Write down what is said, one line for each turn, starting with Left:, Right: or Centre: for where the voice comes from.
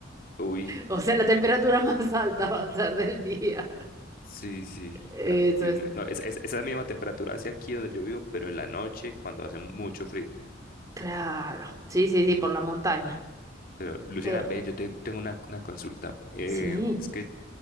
Left: Uy,
Right: O sea, la temperatura <laughs> más alta va a ser del día.
Left: sí, sí.
Right: Eso
Left: Ay, Dios
Right: es
Left: mío. No, es, es- esa misma temperatura hacia aquí donde yo vivo, pero en la noche cuando hace mucho frío.
Right: claro. Sí, sí, sí, por la montaña.
Left: Pero Luciana,
Right: Pero
Left: ven, yo te- tengo una, una consulta. Eh,
Right: sí,
Left: es que